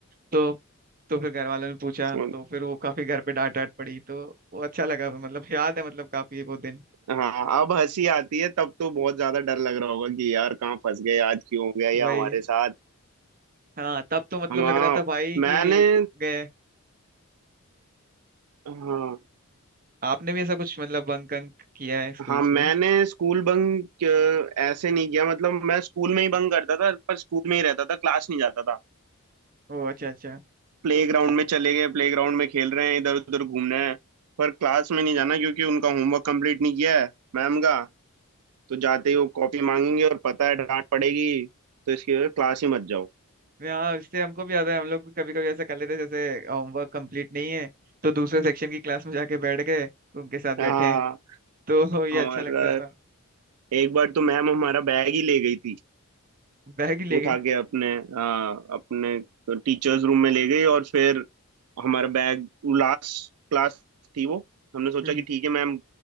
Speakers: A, on the right; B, on the right.
A: तो तो फिर घर वालों ने पूछा
B: सुन
A: तो फिर वो काफी घर पे डांट डांट पड़ी तो वो अच्छा लगा मतलब याद है मतलब काफी वो दिन
B: हाँ अब हंसी आती है तब तो बहुत ज्यादा डर लग रहा होगा कि यार कहाँ फंस गए आज क्यों हो गया या
A: वही
B: हमारे साथ
A: हाँ तब तो मतलब
B: हम हाँ,
A: लग रहा था भाई
B: मैंने
A: कि गए
B: हाँ
A: आपने भी ऐसा कुछ मतलब बंक अंक किया है स्कूल
B: हाँ
A: स्कूल
B: मैंने स्कूल बंक ऐसे नहीं किया मतलब मैं स्कूल में ही बंक करता था पर स्कूल में ही रहता था क्लास नहीं जाता था
A: ओ अच्छा अच्छा
B: प्ले ग्राउंड में चले गए प्ले ग्राउंड में खेल रहे हैं इधर उधर घूमना है पर क्लास में नहीं जाना क्योंकि उनका होमवर्क कंप्लीट नहीं किया है मैम का तो जाते ही वो कॉपी मांगेंगे और पता है डांट पड़ेगी तो इसकी वजह से क्लास ही मत जाओ
A: हाँ इससे हमको भी याद है हम लोग भी कभी कभी ऐसा कर लेते जैसे होमवर्क कंप्लीट नहीं है तो दूसरे सेक्शन की क्लास में जाके बैठ गए उनके साथ
B: हाँ
A: बैठे हैं तो <laughs> ये
B: हमारा
A: अच्छा लगता था
B: एक बार तो मैम हमारा बैग ही ले गई थी
A: बैग ही ले
B: उठा
A: गई
B: के अपने अ, अपने टीचर्स रूम में ले गई और फिर हमारा बैग लास्ट क्लास थी वो हमने सोचा
A: हम्म,
B: कि ठीक है मैम